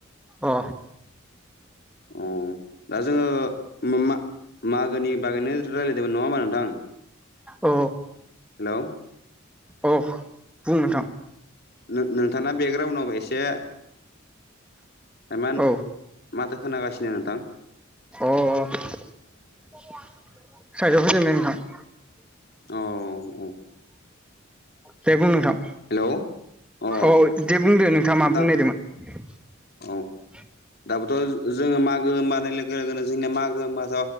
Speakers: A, in the centre; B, on the left.
A: अ
B: औ दा जोङो मा मा मागोनि बागैनो रायलायदोंमोन नङा होमबा नोंथां?
A: औ
B: हेलौ
A: औ बुं नोंथां।
B: नो नोंथाङा बेकग्राउडआव एसे एमान
A: औ
B: माथो खोनागासिनो नोंथां।
A: अ अ <unintelligible> साइदआव फैजोनाय नोंथां।
B: औ औ
A: दे बुं नोंथां
B: हेलौ अ
A: औ दे बुंदो नोंथाङा
B: नोंथां
A: मा बुंनो नायदोंमोन? <inaudible>
B: औ दाबोथ' ओ जोङो मागो होमबानो लोगो लोगोनो जोंनिया मागो होमबाथ'